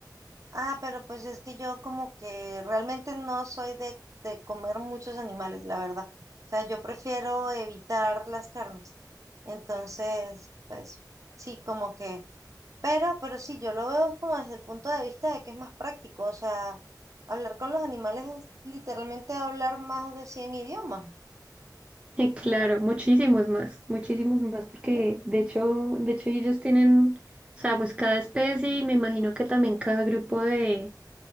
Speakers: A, on the right; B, on the right.
A: Ah, pero pues es que yo como que realmente no soy de, de comer muchos animales, la verdad. O sea, yo prefiero evitar las carnes. Entonces, pues sí, como que, pero, pero sí, yo lo veo como desde el punto de vista de que es más práctico. O sea, hablar con los animales es literalmente hablar más de 100 idiomas.
B: Y claro, muchísimos más, muchísimos más porque
A: ¿Mm?
B: de hecho, de hecho ellos tienen, o sea, pues cada especie y me imagino que también cada grupo de,